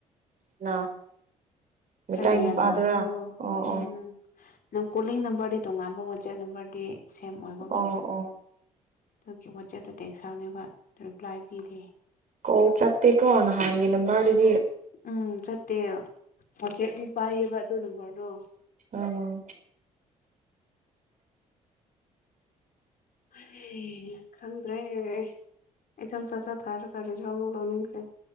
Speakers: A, on the right; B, on the left.
A: ꯀꯅꯥ ꯃꯤꯇꯩ
B: ꯆꯔꯖꯌꯥꯟ
A: ꯅꯨꯄꯥꯗꯨꯔꯥ
B: ꯇ ꯑꯗꯣ
A: ꯑꯣ
B: ꯎꯝ
A: ꯑꯣ
B: ꯅꯪ ꯀꯣꯂꯤꯡ ꯅꯝꯕꯔꯗꯤ ꯇꯣꯉꯥꯟꯕ ꯋꯥꯆꯦꯞ ꯅꯝꯕꯔꯗꯤ ꯁꯦꯝ ꯑꯣꯏꯕꯒꯣ
A: ꯑꯣ ꯑꯣ
B: ꯑꯗꯨꯒꯤ ꯋꯥꯆꯦꯞꯇ ꯇꯦꯛ ꯁꯥꯎꯅꯦꯅꯕ ꯔꯤꯄ꯭ꯂꯥꯏ ꯄꯤꯗꯦ
A: ꯀꯣꯠꯥꯥꯛꯇꯦ ꯀꯣꯅ ꯍꯥꯡꯦ ꯅ ꯃꯥꯕꯥꯗꯤꯔꯤ
B: ꯎꯝ ꯆꯠꯇꯦ ꯃꯣꯆꯦꯗꯤ ꯄꯥꯏꯌꯦꯕ ꯇꯨ ꯅꯝꯕꯝꯕꯔꯗꯣ
A: ꯎꯝ
B: ꯍ ꯈꯪ ꯑꯗꯨꯦ ꯑꯦꯛꯖꯥꯝ ꯆ ꯆ ꯊꯥꯔ ꯀꯥꯔꯤꯖ ꯑꯃꯨꯛ ꯂꯧꯅꯤꯡꯈ꯭ꯔꯦ